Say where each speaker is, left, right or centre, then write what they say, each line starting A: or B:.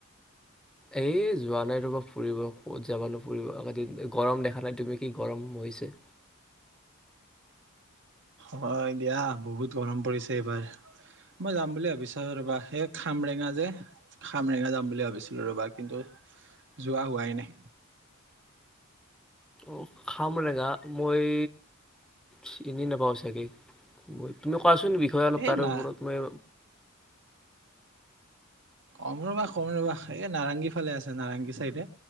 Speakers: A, in the centre; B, on the right.
A: এই যোৱা নাই, ৰবা ফুৰিব ক'ত যাব নো ফুৰিব আ গৰম দেখা নাই তুমি কি গৰম হৈছে।
B: হয় দিয়া বহুত গৰম পৰিছে এইবাৰ, মই যাম বুলি ভাবিছো ৰবা সেই খামৰেঙা যে খামৰেঙা যাম বুলি ভাবিছিলো ৰবা কিন্তু যোৱা হোৱাই নাই।
A: অ' খামৰেংগা মই। চিনি নাপাওঁ ছাগে। <unintelligible> কোৱাচোন বিষয়ে অলপ
B: এ
A: তাৰে
B: না
A: ওপৰত মই
B: কম ৰবা কম ৰবা, এই নাৰঙংগী ফালে আছে নাৰেংগী চাইডে